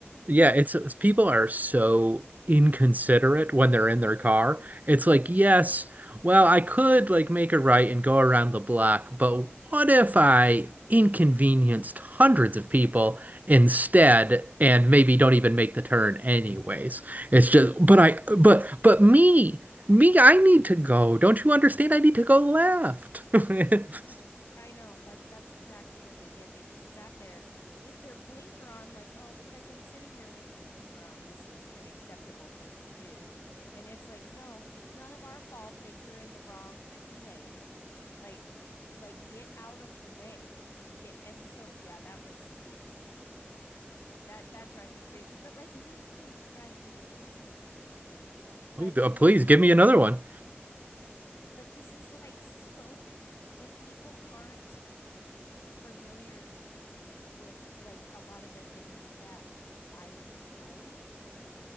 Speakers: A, on the right; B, on the left.
A: Yeah, it's it's- people are so inconsiderate when they're in their car. It's like, yes, well, I could like make a right and go around the block, but what if I inconvenienced hundreds of people instead and maybe don't even make the turn anyways? It's just, but I, but, but me, me, I need to go. Don't you understand? I need to go left.
B: hmm
A: <laughs>
B: I know. That's that's exactly what they did. They just sat there with their blinker on, like, oh, because I'm sitting here with my blinker on, this is an acceptable thing to do. And it's like, no, it's none of our fault that you're in the wrong freaking lane. Like, like get out of the way. Just get. And so, yeah, that was that that drives me crazy. But like little things drive me crazy too.
A: Oh,
B: Like when
A: please
B: people,
A: give me another one.
B: but this is like <laughs> so when people aren't familiar with like a lot of the things that I like